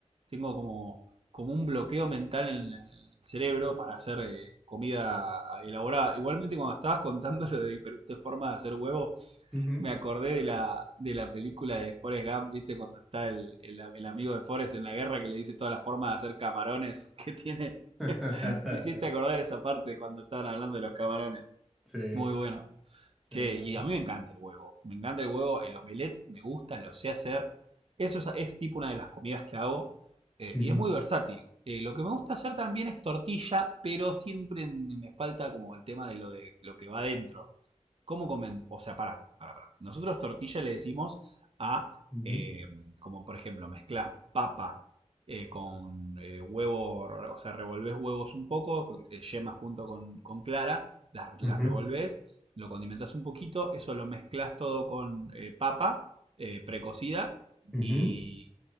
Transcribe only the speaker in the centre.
ujú.
<laughs>
sí,
sí,
no,
Ujú,
ujú,
ujú,
ujú.